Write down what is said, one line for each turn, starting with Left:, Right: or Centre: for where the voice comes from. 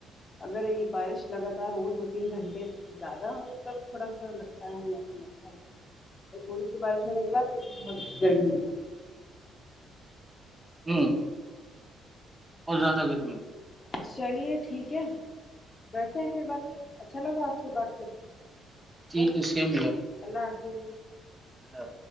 Left: اگر یہ بارش لگاتار ہو دو تین گھنٹے زیادہ ہو تب تھوڑا سا لگتا ہے یہاں موسم اچھا ہوا تھوڑی سی بارش ہونے کے بعد پھر بھی بہت گرمی ہو جاتی ہے
Right: ہوں اورہت زیادہ گرمی ہے
Left: چلیے ٹھیک ہے پھر بس اچھا لگ ا سے بات کر کے
Right: ٹھیک
Left: اوکے
Right: ہے سی مئر
Left: اللہ حافظ
Right: ہیلو